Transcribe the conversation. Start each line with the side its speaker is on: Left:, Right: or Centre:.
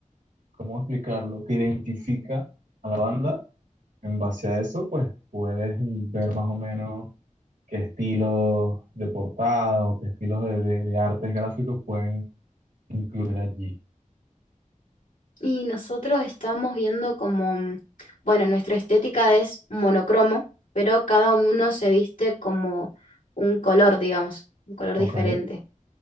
Right: ¿cómo explicarlo? Que identifica a la banda En base a eso, pues puedes ver más o menos qué estilos de portada o qué estilos de, de- de artes gráficos pueden incluir allí.
Left: Y nosotros estamos viendo como, mm, bueno, nuestra estética es monocromo, pero cada uno se viste como un color, digamos, un color
Right: ¿Ok?
Left: diferente.